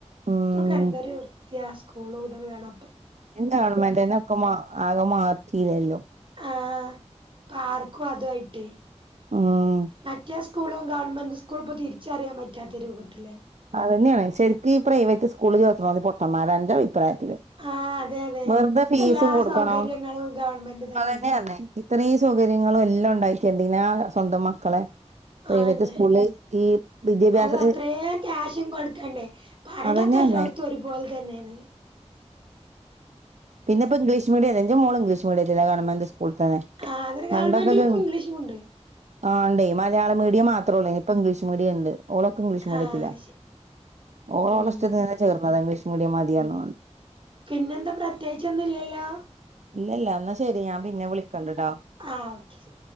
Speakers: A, on the right (about 75°); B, on the right (about 45°).
A: ഉം
B: പ്പൊക്കെ ന്തൊരു വൃത്തിയാ സ്കൂൾ വിടുന്ന കാണ
A: എന്താണ് ഇമ്മാന്റെന്നെക്കെ ആകെ മാറ്റീല്ലല്ലോ
B: ആഹ് പാർക്കും അതുംആയിട്ടെ
A: ഉം
B: മറ്റേ സ്കൂളും ഗവൺമെന്റ് സ്കൂളും ഇപ്പോ തിരിച്ചറിയാൻ പറ്റാത്ത രൂപത്തി
A: അതന്നെയാണ് ശെരിക്കും ഈ പ്രൈവറ്റ് സ്കൂളിൽ ചേർത്തന്നോലു പൊട്ടന്മാരാണ് ൻ്റെ അഭിപ്രായത്തില്
B: ആഹ് അതെ അതെ
A: വേർതെ
B: ഇപ്പ
A: ഫീസും
B: എല്ലാ
A: കൊടുക്കണം
B: സൗകര്യങ്ങളും ഗവൺമെന്റ് തന്നെണ്ട്
A: അതന്നെയന്നെ ഇത്രയും സൗകര്യങ്ങളും എല്ലാം ഉണ്ടായിട്ടന്തിനാ സ്വന്തം മക്കളെ പ്രൈവറ്റ്
B: ആന്നെ
A: സ്കൂളില് ഈ വിദ്യാഭ്യാസം
B: അത് അത്രയും ക്യാഷും കൊടുക്കണ്ടേ പഠനൊക്കെ
A: അതന്നെ പറഞ്ഞേ
B: എല്ലോടത്തും ഒരുപോലെ തന്നെണ്
A: പിന്നെ പ്പോ ഇംഗ്ലീഷ് മീഡിയല്ലേ ൻ്റെ മോള് ഇംഗ്ലീഷ് മീഡിയത്തിലാ ഗവണ്മെൻ്റ് സ്കൂളിൽ തന്നെ
B: ആ അതിനു ഗവൺമെന്റിൽ
A: പണ്ടൊക്കെ
B: ഇപ്പൊ ഇംഗ്ലീഷുണ്ട്
A: ആണ്ടേ മലയാള മീഡിയം മാത്രോള്ളേനി ഇപ്പ ഇംഗ്ലീഷ് മീഡിയംണ്ട് ഓളൊക്കെ ഇംഗ്ലീഷ് മീഡിയത്തിലാ
B: ആഹ് ശരി
A: ഓള്
B: ഉം
A: ഓളെ ഇഷ്ടത്തിനെന്നെ ചേർന്നതാ ഇംഗ്ലീഷ് മീഡിയം മതിന്ന്
B: ഉം
A: പറഞ്ഞു
B: പിന്നെന്താ പ്രത്യേകിച്ചൊന്നുല്ലല്ലോ
A: ഇല്ലല്ല ന്നാ ശെരി ഞാൻ പിന്നെ വിളിക്കണ്ടട്ടോ
B: ആ ഹ്ഓക്കെ